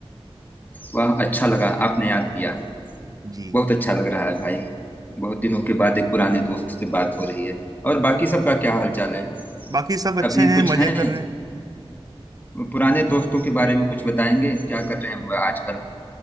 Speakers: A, on the left; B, on the right.
A: वाह अच्छा लगा आपने याद किया
B: जी
A: बहुत अच्छा लग रहा है भाई बहुत दिनों के बाद एक पुराने दोस्त से बात हो रही है और बाकी सबका क्या हालचाल है
B: बाकी सब अच्छे
A: अभी
B: हैं
A: कुछ
B: मजे
A: है
B: कर रहे हैं
A: पुराने दोस्तों के बारे में कुछ बताएंगे क्या कर रहे हैं वह आजकल